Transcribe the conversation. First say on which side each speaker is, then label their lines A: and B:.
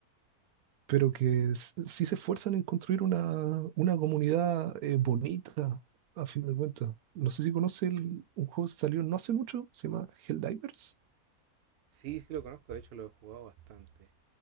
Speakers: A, on the right (about 80°); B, on the right (about 60°).
A: pero que s- sí se esfuerzan en construir una, una comunidad eh, bonita, a fin de cuentas. No sé si conoce el- un juego que salió no hace mucho, se llama Helldivers.
B: Sí, sí lo conozco, de hecho lo he jugado bastante.